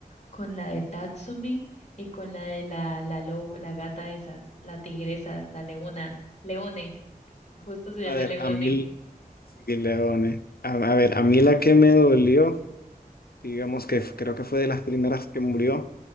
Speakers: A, on the left; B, on the left.
A: con la de Tatsumi y con la de la, la lobo, la gata esa, la tigresa, la leona, Leone, justo se llama
B: a ver,
A: Leone,
B: a mí, sí, Leone. A, a ver, a mí la que me dolió. digamos que f- creo que fue de las primeras que murió,